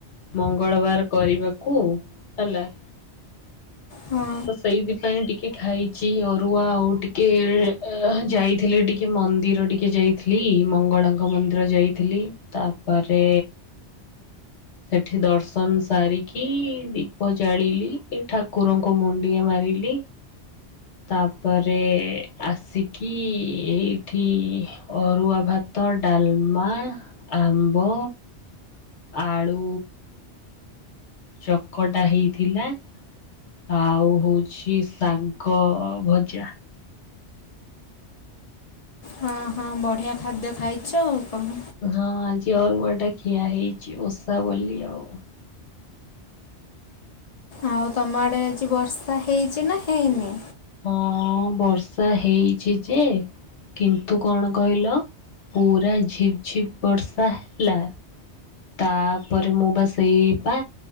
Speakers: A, on the left; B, on the left.
A: ମଙ୍ଗଳବାର କରିବାକୁ ହେଲା
B: ହଁ
A: ତ ସେଇଥିପାଇଁ ଟିକେ ଖାଇଛି ଅରୁଆ ଆଉ ଟିକେ ଯାଇଥିଲି ଟିକେ ମନ୍ଦିର ଟିକେ ଯାଇଥିଲି ମଙ୍ଗଳାଙ୍କ ମନ୍ଦିର ଯାଇଥିଲି ତାପରେ ସେଠି ଦର୍ଶନ ସାରିକି ଦୀପ ଜାଳିଲି ଏ ଠାକୁର କୁ ମୁଣ୍ଡିଆ ମାରିଲି। ତାପରେ ଆସିକି ଏଇଠି ଅରୁଆ ଭାତ ଭାତ, ଡାଲମା ଆମ୍ବ ଆଳୁ ଚକଟା ହେଇଥିଲା। ଆଉ ହଉଚି ଶାଗ ଭଜା।
B: ହଁ ହଁ ବଢିଆ ଖାଦ୍ୟ ଖାଇଛ ଆଉ କଣ?
A: ହଁ ଆଜି ଅରୁଆଟା ଖିଆ ହେଇଛି ଓଷା ବୋଲି ଆଉ।
B: ଆଉ ତମ ଆଡେ ଆଜି ବର୍ଷା ହେଇଛି ନା ହେଇନି?
A: ହଁ ବର୍ଷା ହେଇଛି ଯେ କିନ୍ତୁ କଣ କହିଲ ପୁରା ଝିପ୍ ଝିପ୍ ବର୍ଷା ହେଲା। ତାପରେ ମୁଁ ବା ସେଇ ପା